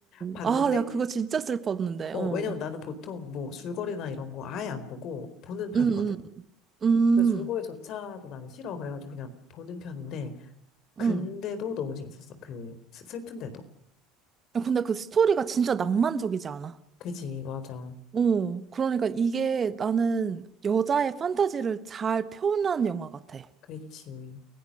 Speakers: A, on the left; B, on the right.
A: 봤는데,
B: 아, 내가 그거 진짜 슬펐는데.
A: 어,
B: 어.
A: 왜냐면 나는 보통 뭐 줄거리나 이런 거 아예 안 보고 보는 편이거든?
B: 음, 음, 음,
A: 근데 줄거리조차도 나는 싫어. 그래가지고 그냥 보는 편인데, 근데도
B: 음.
A: 너무 재밌었어. 그, 슬- 슬픈데도.
B: 야, 근데 그 스토리가 진짜 낭만적이지 않아?
A: 그지, 맞아.
B: 어. 그러니까 이게 나는 여자의 판타지를 잘 표현한 영화 같아.
A: 그렇지.